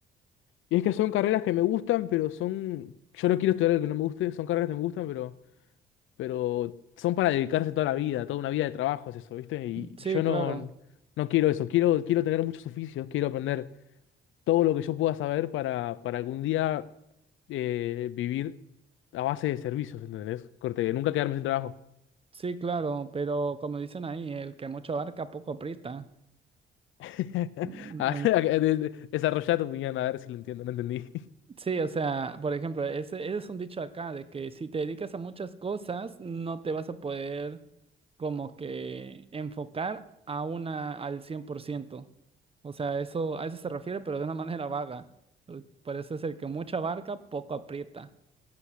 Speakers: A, on the left; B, on the right.
A: Y es que son carreras que me gustan, pero son, yo no quiero estudiar algo que no me guste, son carreras que me gustan, pero, pero son para dedicarse toda la vida, toda una vida de trabajo es eso, ¿viste? Y
B: Sí,
A: yo
B: claro,
A: no, no quiero eso, quiero, quiero tener muchos oficios, quiero aprender. todo lo que yo pueda saber para, para algún día eh, vivir a base de servicios, ¿entendés? Corte, nunca quedarme sin trabajo.
B: sí, claro, pero como dicen ahí, el que mucho abarca, poco aprieta.
A: <laughs>
B: Mm,
A: A-
B: En-
A: a- de- de- Desarrollá tu opinión, a ver si lo entiendo, no entendí. <laughs>
B: Sí, o sea, por ejemplo, ese, ese es un dicho acá de que si te dedicas a muchas cosas, no te vas a poder como que enfocar a una al 100%. O sea, eso a eso se refiere, pero de una <laughs> manera vaga. Por por eso es el que mucha barca, poco aprieta.